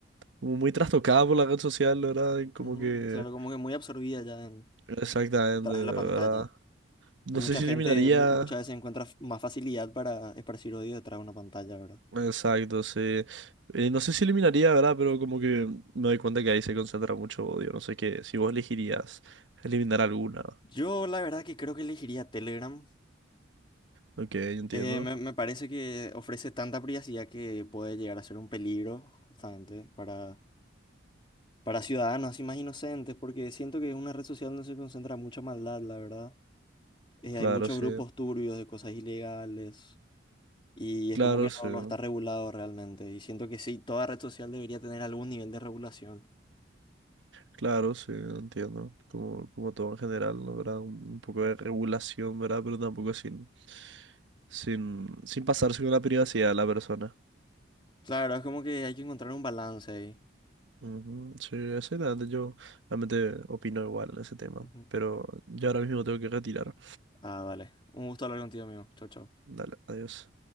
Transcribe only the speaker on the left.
Ujú,
Claro, como que muy absorbida ya en-
detrás
de la pantalla.
Que mucha
gente
mu- muchas veces encuentra f- más facilidad para esparcir odio detrás de una pantalla, ¿verdad?
Yo la verdad que creo que elegiría Telegram.
Eh, me, me parece que ofrece tanta privacidad que puede llegar a ser un peligro justamente para, para ciudadanos así más inocentes, porque siento que es una red social donde se concentra mucha maldad, la verdad. eh,
hay muchos
grupos turbios de cosas ilegales y es
como que
no, no está regulado realmente. Y siento que sí, toda red social debería tener algún nivel de regulación.
Claro, es como que hay que encontrar un balance ahí.
Ujú.
Ah, vale. Un gusto hablar contigo, amigo. Chau, chau.